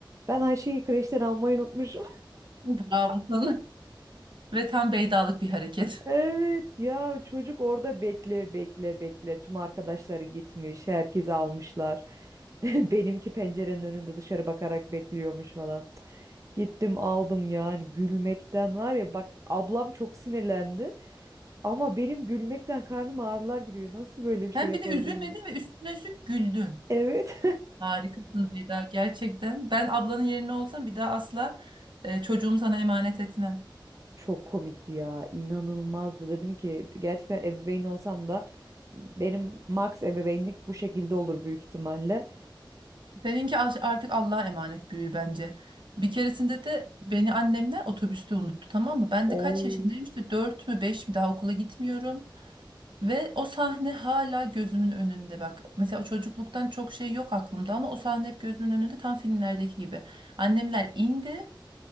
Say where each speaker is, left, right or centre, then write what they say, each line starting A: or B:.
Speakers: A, on the right (about 40°); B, on the right (about 65°).
A: Ben Ayşe'yi kreşten almayı unutmuşum.
B: Bravo sana. Ve tam beydalık bir hareket.
A: Evet ya çocuk orada bekle bekle bekle tüm arkadaşları gitmiş herkesi almışlar. <laughs> Benimki pencerenin önünde dışarı bakarak bekliyormuş falan. Cık, Gittim aldım yani gülmekten var ya bak ablam çok sinirlendi ama benim gülmekten karnım ağrılar giriyor. Nasıl böyle bir
B: Hem
A: şey yapabilirim?
B: bir de üzülmedin ve üstüne üstlük güldün.
A: Evet.
B: Harikasın Beyda gerçekten. Ben ablanın yerine olsam bir daha asla e, çocuğumu sana emanet etmem.
A: <laughs> Çok komikti ya inanılmazdı dedim ki gerçekten ebeveyn olsam da benim max ebeveynlik bu şekilde olur büyük ihtimalle.
B: Seninki aş- artık Allah'a emanet büyür bence. Bir keresinde de beni annemler otobüste unuttu tamam mı? Ben
A: Oo.
B: de kaç yaşındayım işte 4 mü 5 mi daha okula gitmiyorum. Ve o sahne hala gözümün önünde bak. Mesela o çocukluktan çok şey yok aklımda ama o sahne hep gözümün önünde tam filmlerdeki gibi. Annemler indi